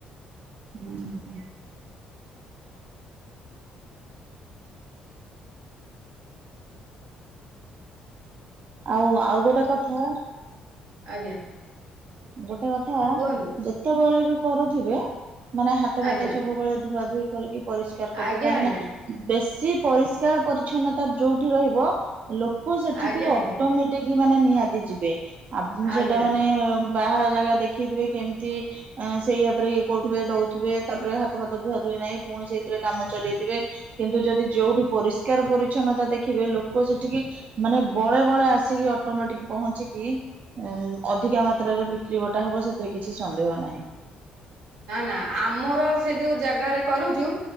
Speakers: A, on the right; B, on the right.
A: ହୁଁ। ଆଉ ଆଉ ଗୋଟେ କଥା।
B: ଆଜ୍ଞା।
A: ଗୋଟେ କଥା
B: କୁହନ୍ତୁ
A: ଯେତେବେଳେ ବି କରୁଥିବେ। ମାନେ ହାତ ଫାତ
B: ଆଜ୍ଞା।
A: ସବୁବେଳେ ଧୁଆ ଧୁଇ କରିକି ପରିଷ୍କାର କରିବେ
B: ଆଜ୍ଞା
A: କାହିଁକି
B: ଆଜ୍ଞା
A: ନା।
B: ଆଜ୍ଞା
A: ବେଶୀ ପରିଷ୍କାର ପରିଚ୍ଛନ୍ନତା ଯୋଉଠି ରହିବ ଲୋକ ସେଠିକି
B: ଆଜ୍ଞା
A: ଅଟୋ
B: ଆଜ୍ଞା।
A: ମେ ଟିକି ମାନେ ନିହାତି ଯିବେ ଆ
B: ଆଜ୍ଞା।
A: ସେଟା ମାନେ ବାହାର ଜାଗା ଦେଖିଥିବେ କେମିତି। ଆଁ ସେଇ ହାତରେ ଇଏ କରୁଥିବେ ଦଉଥିବେ ତାପରେ ହାତ ଫାତ ଧୁଆ ଧୁଇ ନାହିଁ ପୁଣି ସେଇଥିରେ କାମ ଚଲେଇଥିବେ। କିନ୍ତୁ ଯଦି ଯୋଉଠି ପରିଷ୍କାର ପରିଚ୍ଛନ୍ନତା ଦେଖିବେ ଲୋକ ସେଠିକି। ମାନେ ବଳେ ବଳେ ଆସିକି ଅଟୋମେଟିକ୍ ପହଞ୍ଚିକି ଅଧିକା ମା ତ୍ରାରେ ବିକ୍ରି ବଟା ହବ ସେଥିରେ କିଛି ସନ୍ଦେହ ନାହିଁ।
B: ନା ଆମର ସେ ଯୋଉ ଜାଗାରେ କରୁଚୁ।